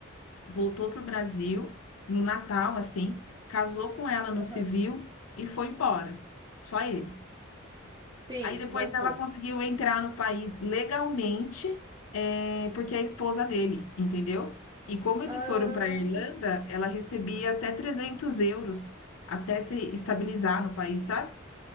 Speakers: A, on the left; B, on the right.
A: voltou para o Brasil no Natal, assim, casou com ela no
B: Aham.
A: civil e foi embora. Só ele.
B: Sim,
A: Aí depois
B: voltou.
A: ela conseguiu entrar no país legalmente, eh, porque é a esposa dele, entendeu? E como
B: Ah,
A: eles foram para a Irlanda, ela recebia até 300 euros até se estabilizar no país, sabe?